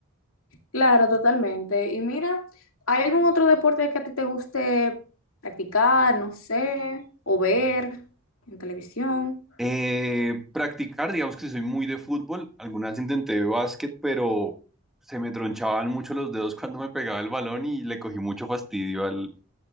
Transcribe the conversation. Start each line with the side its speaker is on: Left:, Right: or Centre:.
Left: claro, totalmente. Y mira, ¿hay algún otro deporte que a ti te guste practicar, no sé, o ver en televisión?
Centre: Eh, practicar, digamos que soy muy de fútbol. Alguna vez intenté básquet, pero se me tronchaban mucho los dedos cuando me pegaba el balón y le cogí mucho fastidio al,